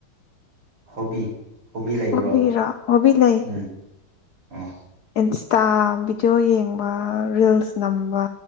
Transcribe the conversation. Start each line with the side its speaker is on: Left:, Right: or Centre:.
Right: ꯍꯣꯕꯤ ꯍꯣꯕꯤ ꯂꯩꯕ꯭ꯔꯣ
Left: ꯍꯣꯕꯤꯔꯣ ꯍꯣꯕꯤ ꯂꯩ
Right: ꯎꯝ ꯑꯣ
Left: ꯏꯟꯁꯇꯥ ꯚꯤꯗꯤꯑꯣ ꯌꯦꯡꯕ ꯔꯤꯜꯁ ꯅꯝꯕ